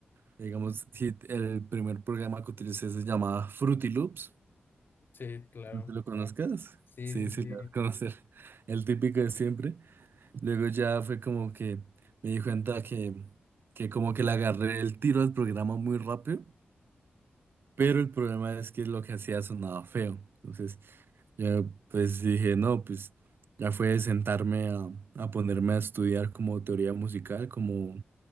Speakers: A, on the right (about 60°); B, on the left (about 55°).
A: Digamos, si el primer programa que utilicé se llamaba Fruity Loops,
B: Sí, claro.
A: no te lo conozcas.
B: Sí,
A: Sí,
B: sí,
A: sí,
B: sí.
A: lo vas a conocer. <laughs> El típico de siempre. Luego ya fue como que me di cuenta que, que como que le agarré el tiro al programa muy rápido, pero el problema es que lo que hacía sonaba feo. Entonces, yo pues dije, no, pues ya fue de sentarme a, a ponerme a estudiar como teoría musical, como,